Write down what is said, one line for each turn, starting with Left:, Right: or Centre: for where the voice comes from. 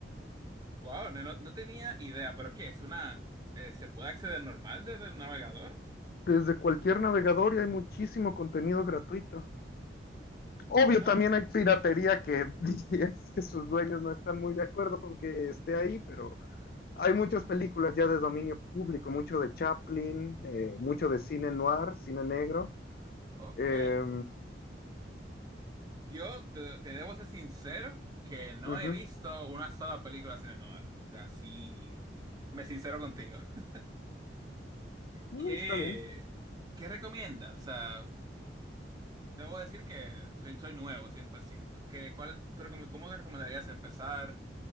Right: Wow, no, no- no tenía idea, pero ¿qué? ¿Es una... eh, ¿se puede acceder normal desde el navegador?
Left: Desde cualquier navegador y hay muchísimo contenido gratuito. Obvio,
Right: Bueno,
Left: también hay piratería que <laughs> es que sus dueños no están muy de acuerdo con que esté ahí, pero hay muchas películas ya de dominio público, mucho de Chaplin, eh, mucho de cine noir, cine negro.
Right: ok.
Left: Eh,
Right: Yo te, te debo ser sincero que no
Left: Ujú.
Right: he visto una sola película cine noir. Así me sincero contigo. <laughs>
Left: No,
Right: ¿Qué,
Left: está bien.
Right: qué recomiendas? O sea, debo decir que soy, soy nuevo, 100%. ¿Qué, cuál, tú recome- cómo te recomendarías empezar?